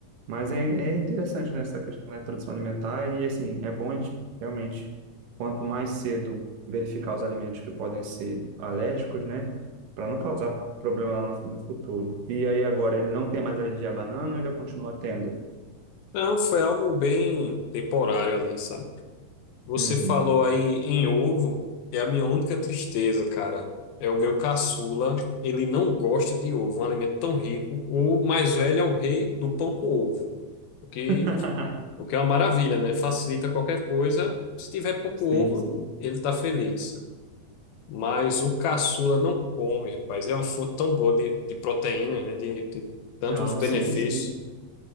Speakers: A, on the right; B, on the left.
A: Mas é, é interessante nessa questão da introdução alimentar e, assim, é bom a gente realmente, quanto mais cedo verificar os alimentos que podem ser alérgicos, né? Para não causar problema lá no, no futuro. E aí agora ele não tem mais alergia à banana ou ainda continua tendo?
B: Não, foi algo bem temporário ali, sabe? Você
A: Uhum.
B: falou aí em ovo, é a minha única tristeza, cara. É o meu caçula, ele não gosta de ovo, um alimento tão rico. O mais velho é o rei do pão com ovo, o que,
A: <laughs>
B: o que é uma maravilha, né? Facilita qualquer coisa. Se tiver pão com
A: Sim,
B: ovo,
A: sim.
B: ele tá feliz. Mas o caçula não come, rapaz. É uma fonte tão boa de, de proteína, né? De, de tantos
A: Não,
B: benefícios.
A: sim, sim.